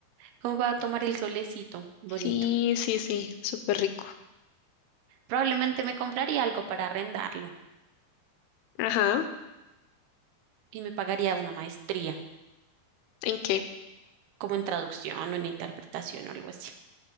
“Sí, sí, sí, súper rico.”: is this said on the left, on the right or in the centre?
Left